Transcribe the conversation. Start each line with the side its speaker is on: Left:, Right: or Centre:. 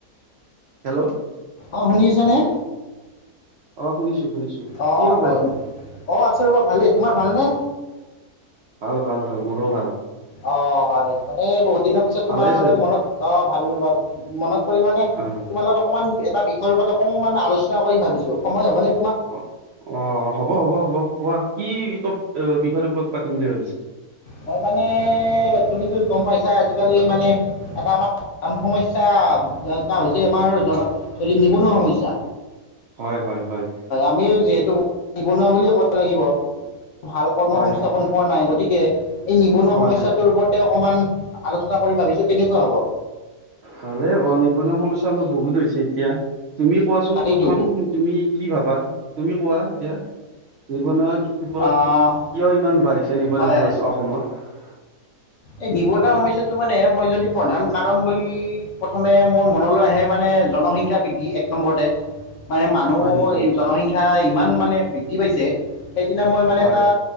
Right: হেল্ল'
Left: অ' শুনিছ নে
Right: অ' শুনিছো। শুনিছো
Left: অ'
Right: কি
Left: অ'
Right: খবৰ?
Left: হয় অ আছো ৰব ভালেই তোমাৰ ভালনেে
Right: ভাল ভাল ভাল মোৰো ভাল
Left: অ হয়। মানে বহুত দিনৰ পিছত
Right: ভালে
Left: তোমালৈ
Right: আছে
Left: মনত অ ভাবিলো ভাব মনত পৰি মানে
Right: অ
Left: তোমাৰ লগত অকমান এটা <unintelligible> অকণমান আলোচনা কৰিম ভাবিছো, সময় হ'ব নে?
Right: অঁ অ হ'ব হ'ব হ'ব কোৱা কি ত বিষয়ৰ ওপৰত পাতিম বুলি ভাবিছে
Left: মই মানে তুমি কিো গম পাইছা আজিকালি মানে এটা আমাৰন সমস্্যা এটা হৈছে আমাৰ জ হেৰি নিবনুৱা সমস্যা।
Right: হয় হয় হয়
Left: আমি যিহেতু নিবনুৱা বুলিয়ে ক'ব লাগিব ভাল কৰ্ম
Right: হয়
Left: সংস্থাপন
Right: হয়
Left: পোৱা নাই গতিকে এই নিবনুৱা
Right: পোৱা
Left: সমস্যাটোৰ
Right: নাই
Left: ওপৰতে অকমান আলোচনা কৰিম ভাবিছো কেনেকুৱা হ'ব
Right: কালে হ'ব নিবনুৱা সমস্যা আমাৰ বহুত হৈছে এতিয়া তুমি কোৱাচোন
Left: তাকেইতো
Right: প্ৰথম তুমি কি ভাবা তুমি কোৱা এতিয়া জীৱনত ওপৰত
Left: আহ
Right: কিয় ইমান বাঢ়িছে নিবনুৱা
Left: হয়
Right: সমস্যা
Left: হয়
Right: অসমত?
Left: এই নিবনুৱা সমস্াটো মানে মই যদি প্ৰধান কাৰণ বুলি প্ৰথমে মোৰ মনলৈ আহে মানে জনসংখ্য্া বৃদ্ধি এক নম্বৰতে মানে মানুহ
Right: হয় নেকি
Left: এই জনসংখ্য্া ইমান মানে বৃদ্ধি পাইছে সেইদিনা মই মানে
Right: হয়
Left: এটাআ